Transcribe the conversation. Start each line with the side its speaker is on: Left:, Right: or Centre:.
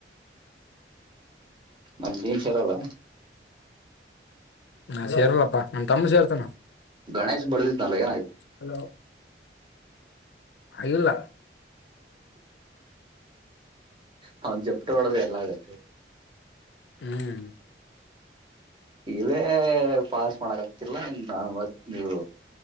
Right: ಮತ್ತ ಜೀನ್ಸ್ ಇರಲ್ಲ
Left: ನಾ ಸೇರ್ಲ್ಲಪ್ಪಾ ನಮ್ಮ ತಮ್ಮ ಸೇರ್ತಾನ
Right: ಗಣೇಶ್ ಬರ್ದಿದನ ಏನಾಯ್ತು
Left: ಹಲೋ ಇಲ್ಲಾ
Right: ಹ ಜಪ್ತ ಹೊಡ್ದ ಎಲ್ಲಾ ಆಗತ್ತೆ
Left: ಹ್ಮ್
Right: ಇವೇ ಪಾಸ್ ಮಾಡಕ್ ಆಗತ್ತಿಲ್ಲ ಇನ್ನು ಮತ್ ನೀವು